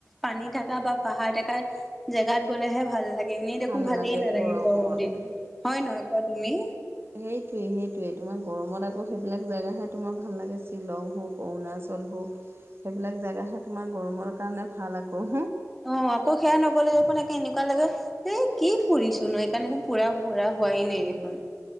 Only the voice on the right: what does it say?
ভাল
লাগে
গৰমত
সেইটোৱেই সেইটোৱেই তোমাৰ গৰমত আকৌ সেইবিলাক জেগাহে তোমাৰ ভাল লাগে শ্বিলং হওক অৰুণাচল হওক। সেইবিলাক জেগাহে তোমাৰ গৰমৰ কাৰণে ভাল আকৌ।